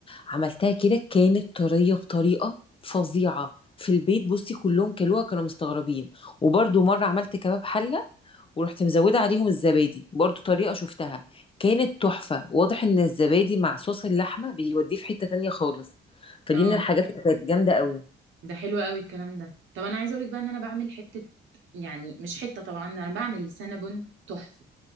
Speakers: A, on the left; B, on the right.
A: عملتها كده كانت طرية بطريقة فظيعة في البيت بصي كلهم كلوها كانوا مستغربين وبرضو مرة عملت كباب حلة ورحت مزودة عليهم الزبادي برضو طريقة شفتها كانت تحفة واضح ان الزبادي مع صوص اللحمة بيوديه في حتة تانية خالص فدي
B: اه
A: من الحاجات اللي كانت جامدة قوي
B: ده حلو قوي الكلام ده طب انا عايزه اقول لك بقى ان انا بعمل حته يعني مش حته طبعا انا بعمل سينابون تحفه